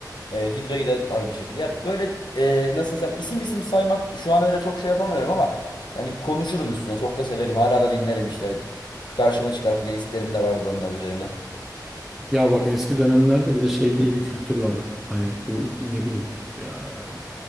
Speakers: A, on the left (about 85°); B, in the centre.
A: E, Hidra'yı da aynı şekilde. Ya böyle e, nasıl desem isim isim saymak şu an öyle çok şey yapamıyorum ama hani konuşurum üstüne. Çok da severim. Hala da dinlerim işte. Karşıma çıkar playlistlerim de vardır onlar üzerine.
B: Ya bak eski dönemlerde bir de şey diye bir kültür vardı. Hani bu ne bileyim ya,